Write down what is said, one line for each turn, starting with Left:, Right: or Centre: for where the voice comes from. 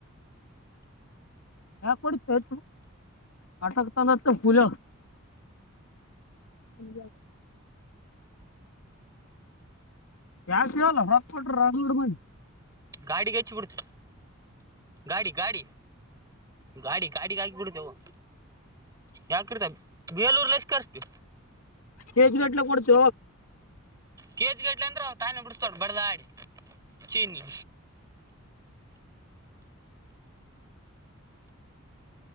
Left: ಯ ಕಡೆ ಚ ಕಾಟಕತಾನಚ ಹುಲ ಇ <unintelligible> ಯಾಕವಲ್ಲ ಹೊಾಕ್ಬಟ್ರ ಅೋಡ್ ಮನಿ
Right: ಗಾಡಿಗೆ ಹೆಚ್ಚ ಬಿಿಡ್ತು ಗಾಡಿ ಗಾಡಿ ಗಾಡಿ ಗಾಡಿ ಗಾಾಗಿ ಕೊಡತವು ಯಾಕಿರ್ತ ಬೇಲೂರ್ ಲ ಎಷ್ಟ ಕರ್ಸ್ತೀ
Left: ಕೆಜ ಎಟ್ಲ ಕೊಡ್ಚ
Right: ಕೇಜ್ ಗಟ್ಲೆ ಅಂದ್ರ ತಾನೇ ಬಿಡ್ಸ್ತಾಡ್ ಬಡದಾಡಿ ಚೀನಿ